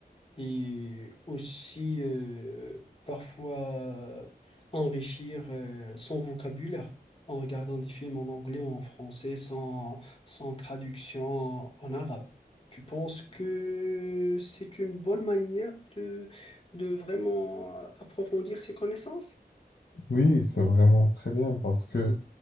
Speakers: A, on the left; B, on the left.
A: et aussi euh, parfois enrichir euh, son vocabulaire en regardant des films en anglais ou en français sans, sans traduction en arabe. Tu penses que c'est une bonne manière de, de vraiment approfondir ses connaissances?
B: Oui, c'est vraiment très bien parce que